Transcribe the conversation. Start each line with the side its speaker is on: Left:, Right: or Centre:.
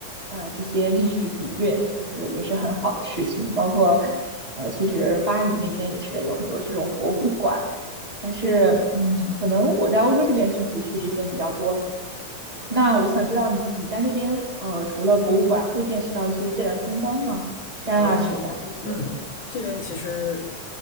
Right: 啊这些历史底蕴，就是也是很好的事情。包括呃，其实巴黎那边也是有很多这种博物馆。但是，嗯，可能我在欧洲这边就是去这些比较多。那我想知道你你在那边，呃，除了博物馆，会见识到一些自然风光吗？山啊、
Left: 嗯嗯，
Right: 水啊这些。
Left: 这边其实